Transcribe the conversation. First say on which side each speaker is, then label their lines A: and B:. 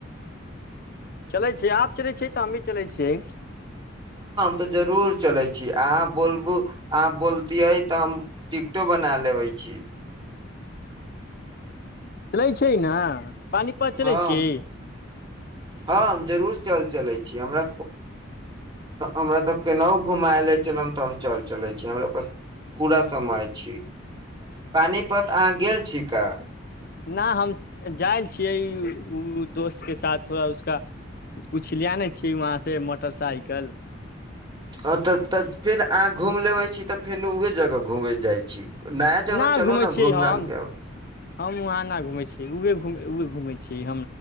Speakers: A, on the left; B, on the right.
A: चलै छियै आब चलै छियै त ह भी चलै छियै
B: त जरूर चलै छी अहाँ बोलबू अहाँ बोलति यइ त हम टिकटो बना लेबै छी
A: चलै छै न पानिपत चलै
B: हँ
A: छी
B: हँ हम जरूर चल चलै छी हमरा हमरा तऽ केनाहु घुमाएले चलम त हम चल चलै छी हमरा बस पूरा समय छै पानीपत अहाँ गेल छी क
A: नह हम जाइ छियै ई उ दोस्त के साथ थोड़ा उसका कुछ ले ने छिय वहाँ से मोटरसाइकल
B: आ तऽ तऽ फेर अहाँ घूमि लेबै छी तऽ फेर उह जगह घूमे जाइत छी नया जगह
A: न
B: चलू
A: घूमे
B: ने घूम
A: छियै हम
B: घाम के आबै छी
A: हम वहाँ न घूमे छी उ घुमेै छी